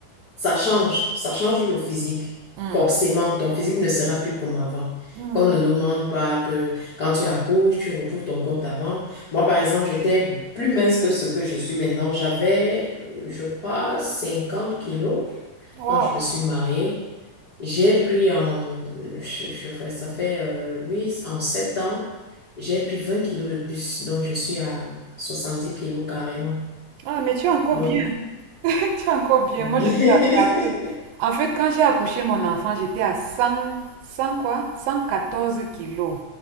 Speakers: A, on the left; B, on the right.
A: ça change, ça change le physique.
B: Hmm.
A: Forcément, ton physique ne sera plus comme avant.
B: Hmm.
A: Qu'on ne nous demande pas que quand tu accouches, tu recouvres ton corps d'avant. Moi, par exemple, j'étais plus mince que ce que je suis maintenant. J'avais, euh, je crois, 50 kilos
B: Wow.
A: quand je me suis mariée. J'ai pris en, je, je fais, ça fait euh, oui, en sept ans, j'ai pris 20 kilos de plus, donc je suis à soixante dix kilos carrément.
B: Ah, mais tu es encore
A: Donc,
B: bien. <laughs> Tu es encore bien.
A: <laughs>
B: Moi, je suis à 4. En fait, quand j'ai accouché mon enfant, j'étais à 100 100 quoi? 114 kilos.